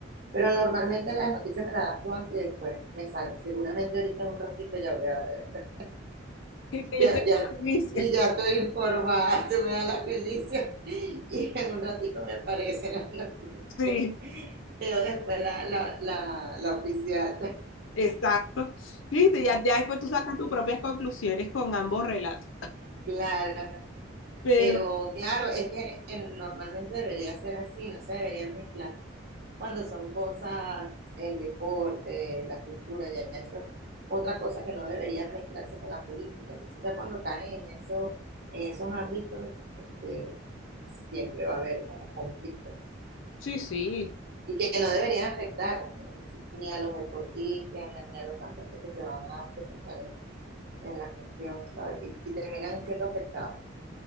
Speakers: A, on the right; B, on the left.
A: Pero normalmente las noticias me las das tú antes y después me salen. Seguramente ahorita en un ratito ya voy a ver.
B: yo estoy
A: Ya, ya,
B: con la primicia.
A: y ya estoy informada. <laughs> Tú me das la primicia y en un ratito me aparecen las noticias.
B: Sí,
A: Pero después la, la, la, la oficial. <laughs>
B: exacto. Viste, ya, ya después tú sacas tus propias conclusiones con ambos relatos.
A: Claro,
B: Pero
A: Pero claro, es que en- normalmente debería ser así, no se deberían mezclar cuando son cosas, el deporte, la cultura, ya eso es otra cosa que no debería mezclarse con la política. Entonces ya cuando caen en eso, en esos ámbitos, este, siempre va a haber como conflictos.
B: sí, sí.
A: Y que no deberían afectar ¿no? ni a los deportistas, ni a los cantantes que se van a presentar en, en la cuestión, ¿sabes? Y, y terminan siendo afectados.